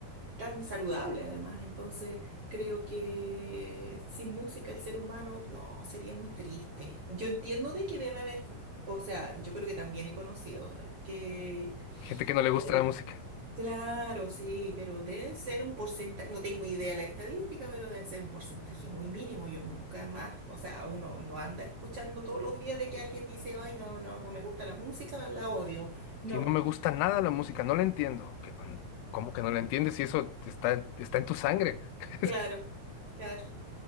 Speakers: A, on the right (about 45°); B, on the left (about 85°).
A: tan saludable además. Entonces, creo que sin música el ser humano, no, sería muy triste. Yo entiendo de que debe haber, o sea, yo creo que también he conocido eh, que,
B: Gente que no le gusta
A: eh,
B: la música.
A: claro, sí, pero debe ser un porcentaje, no tengo idea de la estadística, pero debe ser un porcentaje muy mínimo. Yo nunca más, o sea, uno no anda escuchando todos los días de que alguien dice, ay, no, no, no me gusta la música, la odio. No,
B: Si no me gusta nada la música, no la entiendo. ¿Qué con- ¿Cómo que no la entiendes si eso está, en- está en tu sangre? <laughs>
A: claro, claro,